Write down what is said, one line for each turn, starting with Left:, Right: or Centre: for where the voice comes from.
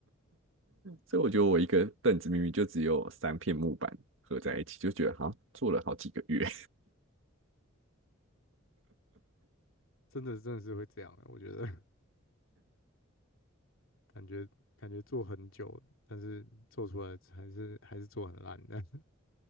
Right: 所以我觉得我一个凳子明明就只有三片木板合在一起，就觉得好像做了好几个月。
Left: 真的真的是会这样的，我觉得。感觉感觉做很久，但是做出来还是还是做很烂的，